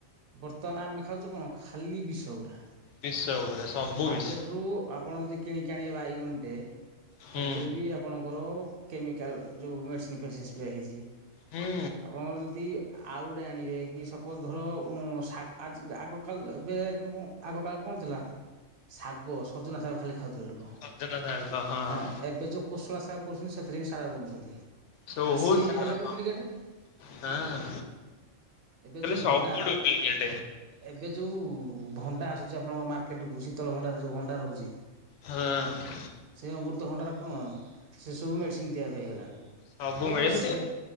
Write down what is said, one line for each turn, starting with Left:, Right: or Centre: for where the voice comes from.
Right: ବର୍ତ୍ତମାନ ଆମେ ଖାଉଚୁ କଣ ଖାଲି ବିଷ ଗୁଡା।
Left: ବିଷ ଗୁରା ସବୁ
Right: ମାର୍କେଟ
Left: ବିଷ
Right: ରୁ ଆପଣ ଯଦି କିଣିକି ଆଣିବେ ବାଇଗଣ ଟେ
Left: ହୁଁ
Right: ସେଥିରେ ବି ଆପଣଙ୍କର କେମିକାଲ ଯୋଉ ମେଡିସିନ୍ ଫେଡିସିନ୍ ସ୍ପ୍ରେ ହେଇଚି।
Left: ହୁଁ
Right: ଆପଣଙ୍କ ଯଦି ଆଳୁ ଟେ ଆଣିବେ କି ସପୋଜ ଧର ଉଁ- ଶାଗ୍ ଆଜ୍ ଯେ ଆଗ କାଳ ର ଏବେ <unintelligible> ଆଗକାଳେ କଣ ଥିଲା ଶାଗ ସଜନା ଶାଗ ଖାଲି ଖାଉଥିଲେ ଲୋ କହଁ
Left: ସଜନା ଶାଗ ହଁ
Right: ଆ, ଏବେ ଯୋଉ କୋଶଳା ଶାଗ କରୁଛନ୍ତି ସେଥିରେ ବି ସାର ବୁଣୁଛନ୍ତି।
Left: ସବୁ
Right: ମାନେ ସିଏ
Left: ସାର
Right: ବି ହେଲା ଡୁପ୍ଲିକେଟେ।
Left: ସବୁ ହଁ।
Right: ଏବେ ଯୋଉ
Left: ସବୁ
Right: ଭଣ୍ଡା
Left: ଡୁପ୍ଲିକେଟ
Right: ଏବେ ଯୋଉ ଉ, ଭଣ୍ଡା ଆସୁଛି ଆପଣଙ୍କ ମାର୍କେଟ୍ କୁ ଶୀତଳ ଭଣ୍ଡାରରେ ଯୋଉ ଭଣ୍ଡା ରହୁଚି।
Left: ହଁ
Right: ସେ ଅମୃତ ଭଣ୍ଡାର କଣ ସେ ସବୁ ମେଡିସିନ୍ ଦିଆ ବି ହେଇଗଲାଣି।
Left: ସବୁ
Right: ଆପଣ
Left: ମିଳେ
Right: ଗୋଟେ
Left: ଏମିତି
Right: ସେ